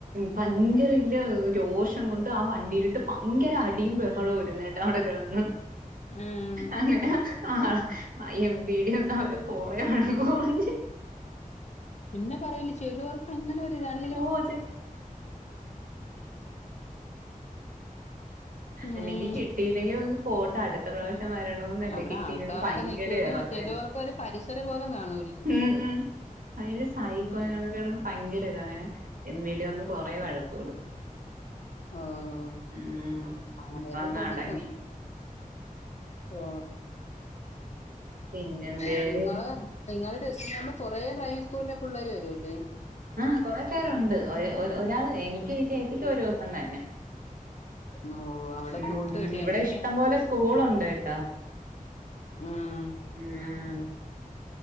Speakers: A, on the right; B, on the left.
A: ഭയങ്കരല്ല രോഷം കൊണ്ട് ആഹ് വണ്ടിയിലിട്ട് ഭയങ്കര അടിയും ബഹളവും രുന്ന് കേട്ടാ അവിടെ കിളന്ന്
B: ആഹ്
A: അങ്ങനെ ആഹ് എം വി ഡി ഒന്നാ അവര് കൊറെ വഴക്ക് പറഞ്ഞ്
B: പിന്നെ പറയില് ചെലോർ അങ്ങനെ ഒരുതാണ്
A: ഓ <unintelligible>
B: ഉം
A: അല്ലെങ്കിൽ കിട്ടില്ലെങ്കിൽ പോട്ടെ അടുത്ത പ്രാവ മരണന്നല്ലേ
B: അവിടെ
A: കിട്ടീലങ്കി
B: ആൾക്കാരൊക്കെ
A: ഭയങ്കര
B: നിക്കൂല
A: ഇറക്ക
B: ചിലവർക്ക് ഒരു പരിസരബോധം കാണും
A: ഉം ഉം അയില് സായിക്കോണക്കടന്ന്
B: ഉം
A: ഭയങ്കര ഇത അങ്ങനെ എ വീ ടെ വന്നു കൊറേ വഴക്ക കൊടുക്കും
B: ഓ ഓ
A: ഉം
B: അങ്ങനെയൊക്കെ
A: അപ്പ അങ്ങ്
B: കൊടുക്കും
A: അടങ്ങി
B: ഓ
A: പിന്നെന്തേര്
B: നിങ്ങള് നിങ്ങളുടെ ടെസ്റ്റിനാകുമ്പോ കുറെ ഡ്രൈംഗങ് സ്കൂളിലെ പിള്ളേർ വരൂല്ലേ
A: ആഹ് കൊറെ പേരുണ്ട് ഒ ഒരാള് എനിക്ക് ചച്ചിക്കും ഒരു ദിവസം തന്നെ
B: ഓ അവിടെ
A: ഉം
B: കൂട്ട് കിട്ടിയ
A: ഇവിടെ
B: എനിക്ക്
A: ഇഷ്ടം പോലെ സ്കൂളുണ്ട് ഏട്ടാ
B: ഉം
A: ഉം